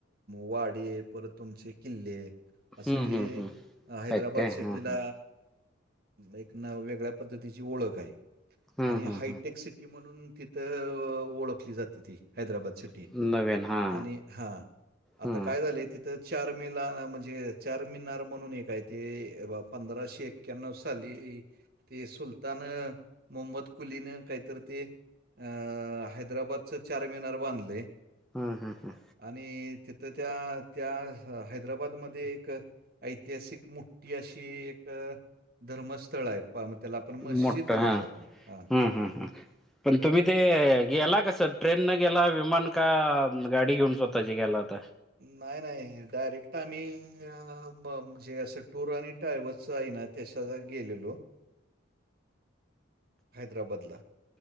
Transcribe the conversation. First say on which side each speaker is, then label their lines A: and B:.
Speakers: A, on the right; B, in the centre.
A: वाडे परत तुमचे किल्ले
B: हम्म
A: असं ते
B: हम्म हम्म
A: हैदराबाद
B: ह काय
A: सिटीला
B: हा ह
A: एक नाव वेगळं वेगळ्या पद्धतीची ओळख ये
B: हम्म
A: आणि
B: हम्म
A: हायटेक सिटी म्हणून तिथं ओळखली जाते ती हैद्रबाद सिटी
B: हम्म नवीन हा
A: आणि हां आता
B: हम्म
A: काय झालंय तिथं चार मे ला म्हणजे चार मिनार म्हणून एक आहे ते पंधराशे एक एक्याण्णव साली ते सुलतान मोहम्मद कुलीनं काहीतरी ते अं हैदराबादच चारमिनार बांधलय.
B: हम हम हम
A: आणि तिथं त्या त्या हैदराबादमध्ये एक ऐतिहासिक मुठी अशी एक धर्मस्थळ आहेत. पहा मग त्याला आपण
B: हम्म
A: मस्जिद
B: मोठं
A: म्हणतो
B: हा
A: आपण हा
B: हम्म हम्म हम्म पण तुम्ही ते गेला कस ट्रेननं गेला विमान का गाडी घेऊन स्वतःची गेला होता.
A: नाही नाही डायरेक्ट आम्ही म्हणजे असं टूर आणि ट्रॅव्हल्स च आहे ना त्याच्यानं गेलेलो हैदराबादला